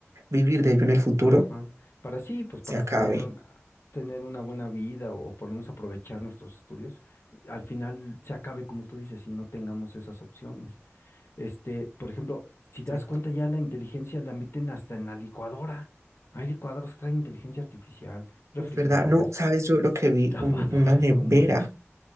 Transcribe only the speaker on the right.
vivir de ello en el futuro,
se
acabe.
Exacto.
Es verdad, no, sabes yo lo que
vi,
un- una nevera,